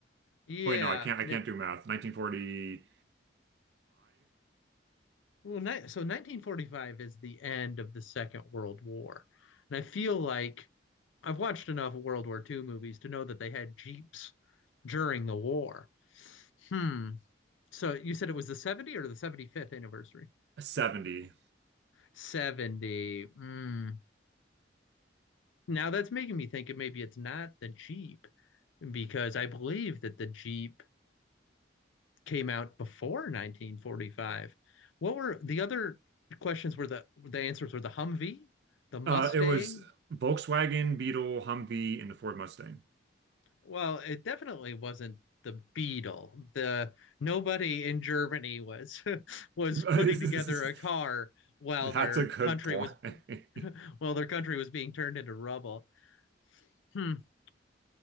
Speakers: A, on the left (about 85°); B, on the right (about 60°).
A: yeah.
B: Wait, no, I can't I
A: n-
B: can't do math. 1945,
A: Well, ni- so 1945 is the end of the Second World War. And I feel like I've watched enough World War II movies to know that they had Jeeps during the war. Hmm. So you said it was the 70 or the 75th anniversary?
B: 70.
A: 70. Mm. Now that's making me think it maybe it's not the Jeep because I believe that the Jeep came out before 1945. What were the other questions were the the answers were the Humvee, the Mustang?
B: Uh it was Volkswagen, Beetle, Humvee, and the Ford Mustang.
A: Well, it definitely wasn't the Beetle. The nobody in Germany was <laughs> was
B: <laughs> That's
A: putting together a car while
B: a
A: their
B: good
A: country
B: point.
A: was
B: <laughs>
A: <laughs> Well, their country was being turned into rubble. Hmm.